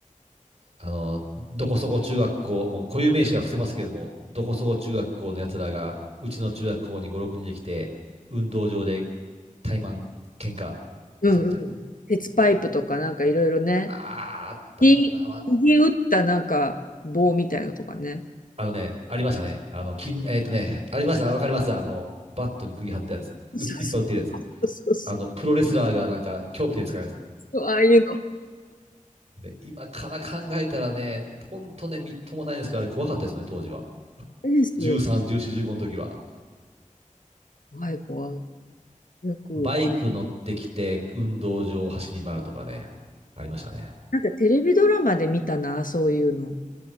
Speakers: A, on the right; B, on the left.
A: あのどこそこ中学校、もう固有名詞は伏せますけども、どこそこ中学校の奴らが、うちの中学校に五六人で来て、運動場で怠慢、喧嘩
B: うんうん。
A: するみたいな。
B: 鉄パイプとかなんかいろいろね。
A: ああ、あったあった。
B: 釘、
A: まあ
B: 釘打ったなんか棒みたいなのとかね。
A: あのね、ありましたね。あの、金、えっとね、ありました。わかります。あの、バットに釘張ったやつ。
B: そうそ
A: ういっぱい売ってるやつ。
B: うそうそう
A: あの、プロレスラーがなんか凶器で使うやつ。
B: そう。ああいうの。
A: で、今から考えたらね、ほんとね、みっともないんですけど、あれ怖かったですね、当時は。
B: いいですよ。
A: 13、14、15の時は。
B: 怖い怖い。よく。
A: バイク乗ってきて、運動場を走り回るとかね、ありましたね。
B: なんかテレビドラマで見たな、そういうの。